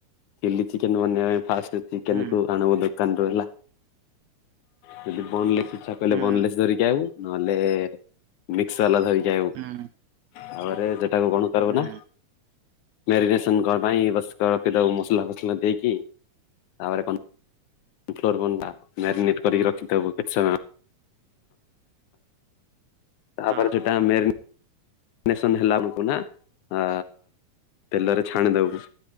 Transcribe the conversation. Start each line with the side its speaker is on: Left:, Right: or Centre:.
Left: ଚିଲି ଚିକେନ ବନେଇବା ପାଇଁ ଫାଷ୍ଟ ଚିକେନ
Right: ହୁଁ
Left: କୁ ଆଣବୋଲି କାନ ରୁ ହେଲା ଜଦି ବୋର୍ଣ୍ଣଲେଶ୍ ଇଚ୍ଛା କାଲେ
Right: ହୁଁ
Left: ବୋର୍ଣ୍ଣଲେଶ୍ ଧରିକି କି ଆଇବୁ ନହେଲେ ମିକ୍ସ ବାଲା ଧରିକି ଆଇବୁ
Right: ହୁଁ
Left: ତାପରେ ସେଟାକୁ କଣ କରିବୁ
Right: ହୁଁ
Left: ନା ମ୍ୟାରିନେସନ୍ <unintelligible> ମସଲା ଫସଲା ଦେଇକି ତାପରେ <unintelligible> ମ୍ୟାରିନେଟ କରିକି ରଖି ଦବୁ କିଛି ସାମ ତାପରେ
Right: ହଁ।
Left: ସେଟା ମ୍ୟାରୀ ରିନେସନ୍ ହେଲା ବେଳକୁ ନା ଆ ତେଲରେ ଛାଣି ଦବୁ।